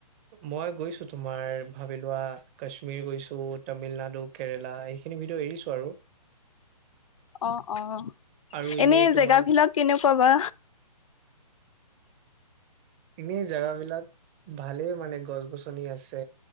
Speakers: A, on the right; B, on the left.
A: মই গৈছো তোমাৰ ভাবি লোৱা কাশ্মীৰ গৈছো তো তামিলনাডু কেৰেলা এইখিনি ভিডিঅ এৰিছো আৰু
B: অ অ
A: আৰু এনেই
B: এনে
A: তোমাৰ
B: জেগাবিলাক কেনেকুৱা বা
A: এনেই জোগাবিলাক ভালেই মানে গছ গছনি আছে